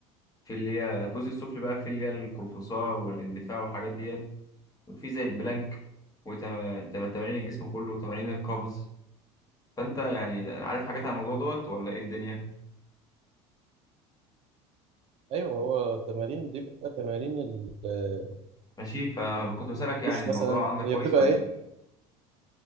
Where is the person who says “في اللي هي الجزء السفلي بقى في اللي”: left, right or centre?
Left